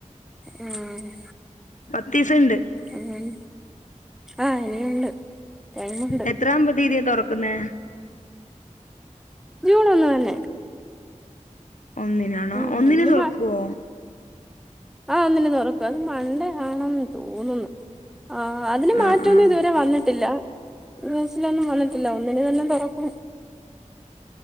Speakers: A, in the centre; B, on the left (about 75°).
A: ആഹ്
B: പത്തീസം ഉണ്ട്
A: ഉം ആഹ് ഇനിയുണ്ട് ടൈമുണ്ട്
B: എത്രാം തിയ്യതിയാ തൊറക്കുന്നേ
A: ജൂൺ ഒന്ന് തന്നെ
B: ഒന്നിനാണോ
A: ഉം
B: ഒന്നിന്
A: അതില്
B: തൊറക്കോ?
A: ആഹ് ഒന്നിന് തൊറക്കും അത് മൺണ്ടയാണെന്ന് തോന്നുന്നു. ആഹ് അതിന്
B: ആഹ്
A: മാറ്റൊന്നും
B: ആഹ്
A: ഇതുവരെ വന്നിട്ടില്ല ന്യൂസിലൊന്നും വന്നിട്ടില്ല ഒന്നിന് തന്നെ തൊറക്കും.